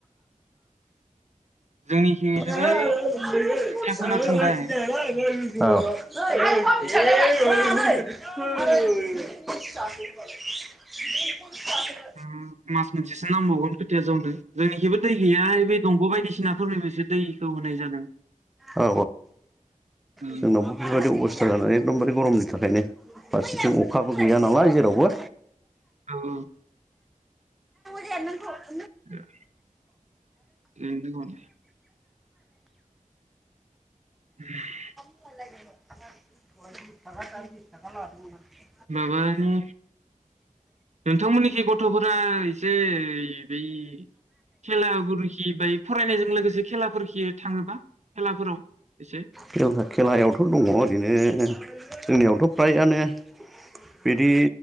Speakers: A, on the right; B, in the centre.
A: जोंनिखि
B: <unintelligible>
A: जोबाय खोथिया फोना दोनबाय
B: औ
A: <unintelligible>
B: <unintelligible>
A: उम मास मोनसेसो नांबावगोन खोथिया जौनो जोंनिखिबो दै गैया इबायद दंग' बायदिसिनाफोरनि फायसो दैखौ होनाय जादों
B: औ
A: उम
B: जोंनावबो बेबायदि अबस्था जानानै एकखदमबारे गरमनि थाखायनो फारसेथिं अखाबो गैया नालाय जेरावबो
A: औ उम।
B: <unintelligible>
A: <unintelligible> <inaudible>
B: <unintelligible>
A: माबानि नोंथांमोननिखि गथ थ'फोरा एसे बै खेलाफोरखि बाय फरायनायजों लोगोसे खेलाफोरखि थाङोबा खेलाफोराव एसे
B: खेला खेलायावथ' दङ ओरैनो जोंनियावथ' प्रायानो बिदि